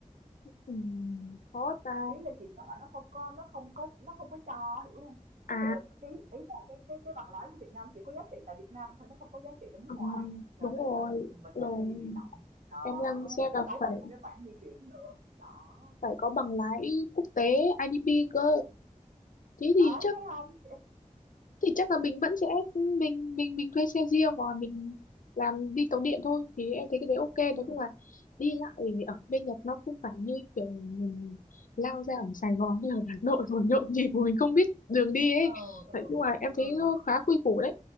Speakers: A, on the left; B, on the right.
A: ừ, có ta
B: ý là chị sợ nó không có nó không có nó không có cho hiểu không
A: à,
B: ví dụ là cái ý là cái cái cái bằng lái của Việt Nam chỉ có giá trị tại Việt Nam thôi nó không có giá trị tại nước
A: à
B: ngoài là
A: đúng
B: mình
A: rồi
B: lại mình
A: rồi
B: lại phải bị bị động đó
A: em đang xem
B: mình
A: là
B: phải tốn
A: phải
B: thêm một cái khoản di chuyển nữa đó
A: phải có bằng lái quốc tế IDP cơ thế thì
B: đấy
A: chắc
B: thấy không
A: thì chắc là mình vẫn sẽ mình mình mình thuê xe riêng hoặc là mình làm đi tàu điện thôi thì em thấy cái đấy ok
B: ừ
A: nói chung là đi lại ở bên Nhật nó không phải như kiểu mình lao ra ở Sài Gòn hay là Hà Nội rồi nhộn nhịp mà mình không biết đường đi ấy
B: ừ ừ
A: nói chung là em thấy
B: ừ
A: nó khá quy củ đấy